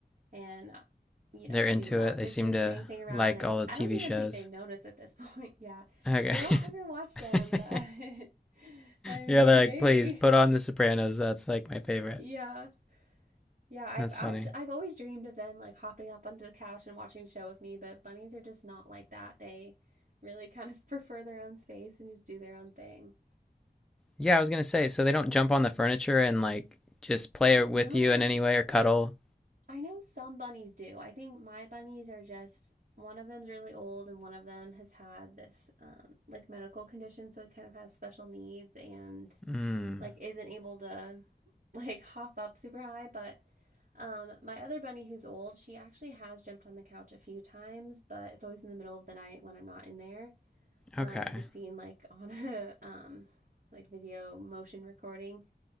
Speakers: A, on the right; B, in the centre.
A: and, uh, you know,
B: They're
A: do
B: into
A: loud
B: it. They
A: dishes,
B: seem to
A: bang thing around.
B: like
A: And
B: all the
A: I
B: TV
A: don't even
B: shows.
A: think they notice at this point. <laughs> yeah.
B: Okay.
A: They don't ever watch them,
B: <laughs>
A: but <laughs> I
B: <laughs>
A: mean,
B: yeah, they're
A: maybe.
B: like, please put
A: <laughs>
B: on The Sopranos. That's like my favorite.
A: Yeah. Yeah, I've
B: That's
A: actually
B: funny.
A: I've always dreamed of them like hopping up onto the couch and watching a show with me, but bunnies are just not like that. They really kind of <laughs> prefer their own space and just do their own thing.
B: Yeah, I was gonna say, so they don't
A: But
B: jump on the furniture and like just play
A: no,
B: with you in any way or cuddle.
A: I know some bunnies do. I think my bunnies are just one of them's really old and one of them has had this um, like medical condition, so it kind of has special needs and
B: Hmm.
A: like isn't able to <laughs> like hop up super high, but Um, my other bunny, who's old, she actually has jumped on the couch a few times, but it's always in the middle of the night when I'm not in there.
B: Okay.
A: Um, I've just seen like <laughs> on a um, like video motion recording.